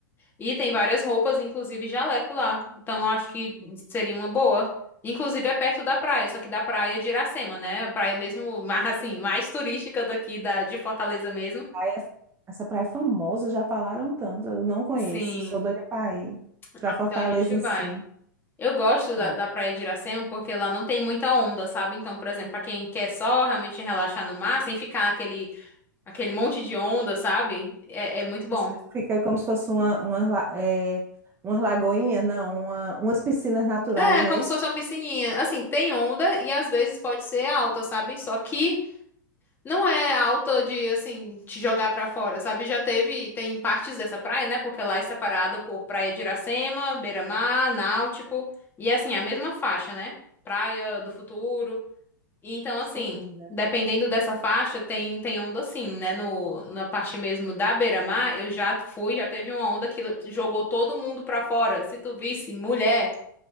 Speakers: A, on the left; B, on the right.
A: E tem várias roupas, inclusive jaleco lá. Então acho que seria uma boa. Inclusive é perto da praia, só que da praia de Iracema, né? A praia mesmo, <laughs> ma- assim, mais turística daqui da, de Fortaleza mesmo.
B: Praia- essa praia é famosa, já falaram tanto. Eu não conheço,
A: Sim.
B: sou doida para ir para
A: Ah,
B: Fortaleza
A: Então a gente
B: em
A: vai.
B: si.
A: Eu gosto
B: Pronto.
A: da, da praia de Iracema porque lá não tem muita onda, sabe? Então, por exemplo, pra quem quer só realmente relaxar no mar, sem ficar aquele, aquele monte de onda, sabe? É, é muito bom.
B: Essa- Fica como se fosse uma, uma, la- é, umas lagoinhas, não, uma- umas piscinas naturais,
A: É, é
B: não
A: como
B: é isso?
A: se fosse uma piscininha. Assim, tem onda e às vezes pode ser alta, sabe? Só que Não é alta de, assim, te jogar pra fora, sabe? Já teve, tem partes dessa praia, né? Porque lá é separada por Praia de Iracema, Beira-Mar, Náutico. E, assim, é a mesma faixa, né? Praia do Futuro. E, então,
B: Deve
A: assim,
B: ser linda.
A: dependendo dessa faixa, tem, tem onda, assim, né? No, na parte mesmo da Beira-Mar, eu já fui, já teve uma onda que jogou todo mundo pra fora. Se tu visse, mulher.